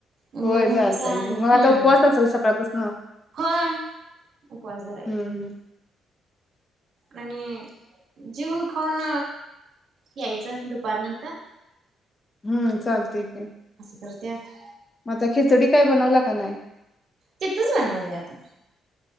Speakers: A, on the right (about 60°); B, on the left (about 30°).
A: हम्म
B: होय जायला
A: काय
B: पाहिजे
A: नाही
B: मग आता
A: हम्म
B: उपवास असेल सकाळपासन,
A: होय उपवास धरायचा
B: हम्म हम्म
A: आणि जेवन खाऊन यायचं दुपार नंतर
B: हम्म चालतेय
A: करत्यात
B: म आता खिचडी काय बनवला? का नाही
A: तिथच बनवले आहे आता